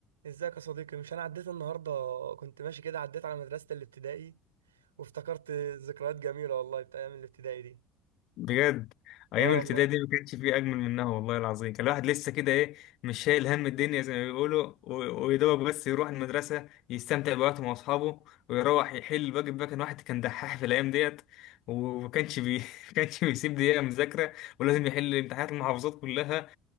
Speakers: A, on the right; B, on the left.
A: ازيك يا صديقي مش انا عديت النهارده كنت ماشي كده عديت على مدرسة الابتدائي وافتكرت ذكريات جميلة والله بتاع ايام الابتدائي دي
B: بجد ايام
A: اه
B: الابتدائي
A: والله
B: دي ما كانش فيه اجمل منها والله العظيم كان الواحد لسه كده ايه مش شايل هم الدنيا زي ما بيقولوا و- ويدوب بس يروح المدرسه يستمتع بوقته مع اصحابه ويروح يحل الواجب بقى كان واحد كان دحاح في الايام ديت وما كانش بي <laughs> ما كانش بيسيب دقيقه مذاكره ولازم يحل امتحانات المحافظات كلها